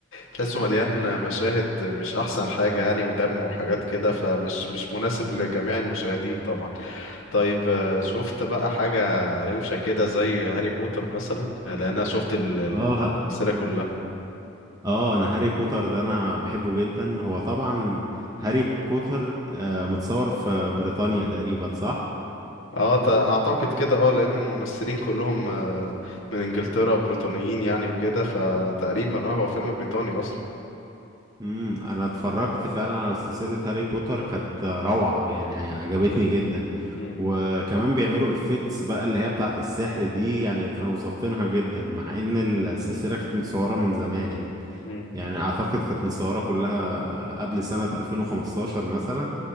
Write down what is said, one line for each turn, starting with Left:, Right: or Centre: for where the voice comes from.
Left: تحسه مليان مشاهد مش احسن حاجة يعني ودم وحاجات كده فمش مش مناسب لجميع المشاهدين طبعا طيب آه، شفت بقى حاجة روشة كده زي هاري بوتر مثلا يعني لأن أنا شفت ال- ال-
Right: اه
Left: السلسلة كلها
Right: اه انا هاري بوتر ده انا بحبه جدا هو طبعا هاري بوتر آه، متصور في بريطانيا تقريبا صح
Left: اه ت- اعتقد كده اه لان الممثلين كلهم آه، من انجلترا بريطانيين يعني وكده فتقريبا اه هو فيلم بريطاني اصلا
Right: امم انا اتفرجت فعلا على سلسلة هاري بوتر كانت روعة يعني يعني عجبتني جدا
Left: امم
Right: وكمان بيعملوا افكتس بقى اللي هي بتاعت السحر دي يعني كانوا ظابطينها جدا مع ان السلسلة كانت متصورة من زمان
Left: امم
Right: يعني اعتقد كانت متصورة كلها قبل سنة 2015 مثلا